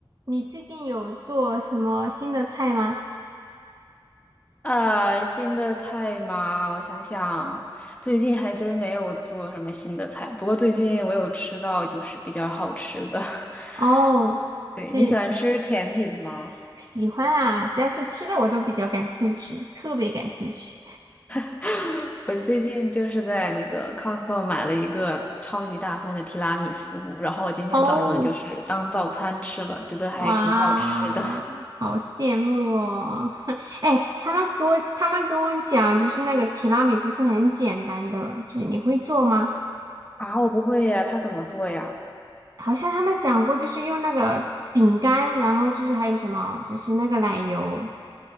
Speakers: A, on the right; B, on the left.
A: 你最近有做什么新的菜吗？
B: 呃，新的菜吗？我想想，最近还真没有做什么新的菜。不过最近我有吃到就是比较好吃的。<laughs>
A: 哦，
B: 对，
A: 是
B: 你喜欢吃甜品吗？
A: 喜欢啊，只要是吃的我都比较感兴趣，特别感兴趣。
B: <laughs> 我最近就是在那个 Costco 买了一个超级大份的提拉米苏，然后我今天早上就是当早餐吃了，
A: 哦，
B: 觉得还挺好吃的。
A: 哇，好羡慕哦！<laughs> 哎，他们给我他们给我讲，就是那个提拉米苏是很简单的，就是你会做吗？
B: <laughs> 啊，我不会呀，它怎么做呀？
A: 好像他们讲过，就是用那个饼干，然后就是还有什么，就是那个奶油，